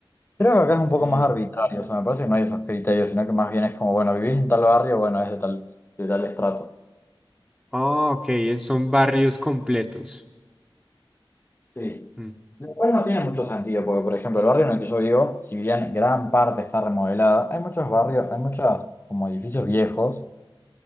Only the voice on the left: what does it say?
Creo que acá es un poco
más arbitrario, o sea, me parece que no hay esos criterios, sino que más bien es como, bueno, vivís en tal barrio, bueno, es de tal, de tal estrato.
Sí.
Lo cual no tiene mucho sentido, porque, por ejemplo, el barrio en el que yo vivo, si bien gran parte está remodelada, hay muchos barrios, hay muchos como edificios viejos